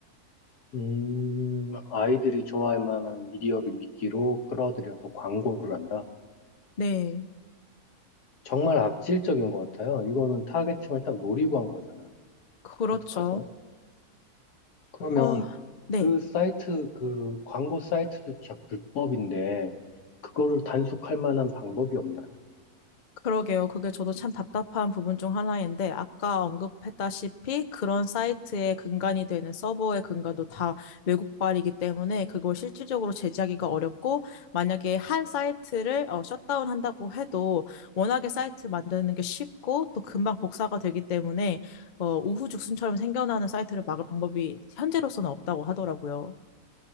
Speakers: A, on the left; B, on the left.
A: 음, 아이들이 좋아할 만한 미디어를 미끼로 끌어들여서 광고를 한다.
B: 네,
A: 정말 악질적인 것 같아요. 이거는 타겟층을 딱 노리고 한 거잖아.
B: 그렇죠.
A: 어떡하죠? 그러면
B: 어, 네.
A: 그 사이트, 그 광고 사이트조차 불법인데, 그거를 단속할 만한 방법이 없나요?
B: 그러게요. 그게 저도 참 답답한 부분 중 하나인데, 아까 언급했다시피 그런 사이트의 근간이 되는 서버의 근간도 다 외국발이기 때문에 그걸 실질적으로 제재하기가 어렵고, 만약에 한 사이트를 어, 셧다운 한다고 해도 워낙에 사이트 만드는 게 쉽고 또 금방 복사가 되기 때문에 어, 우후죽순처럼 생겨나는 사이트를 막을 방법이 현재로서는 없다고 하더라고요.